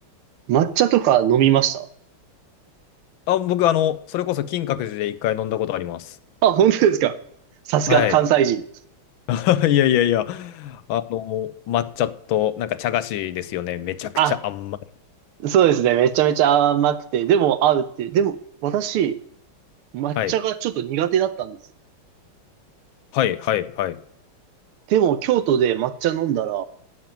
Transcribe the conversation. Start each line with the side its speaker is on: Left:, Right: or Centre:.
Right: 抹茶とか飲みました。
Left: あ、僕、あの、それこそ金閣寺で一回飲んだことあります。
Right: あ、本当ですか。さすが関西人。
Left: はい。<laughs> いやいやいや。あの、抹茶と、なんか茶菓子ですよね。めちゃくちゃ甘い。
Right: あ、そうですね。めちゃめちゃ甘くて、でも合うっていう。でも、私、抹茶がちょっと苦手だったんですよ。
Left: はい。はい、はい、はい。
Right: でも、京都で抹茶飲んだら、